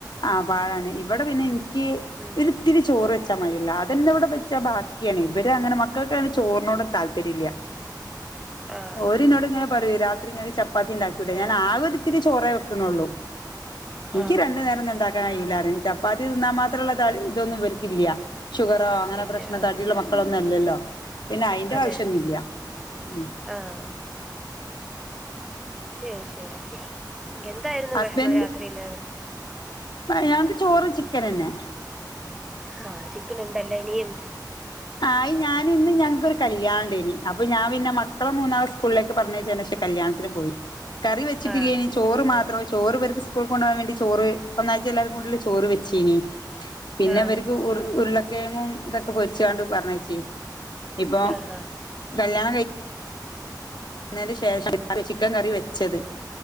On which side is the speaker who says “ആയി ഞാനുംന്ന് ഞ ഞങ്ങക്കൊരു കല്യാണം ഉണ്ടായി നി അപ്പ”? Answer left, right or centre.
Left